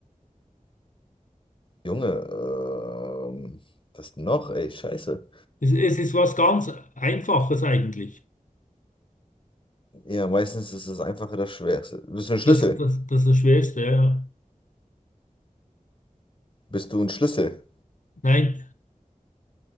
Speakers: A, on the left; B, on the left.
A: Junge, ähm, was noch? Ey, scheiße.
B: Es, es ist was ganz Einfaches eigentlich.
A: Ja, meistens ist das Einfache das Schwerste. Bist du ein Schlüssel?
B: Das, das, das ist das Schwerste, ja. ja.
A: Bist du ein Schlüssel?
B: Nein,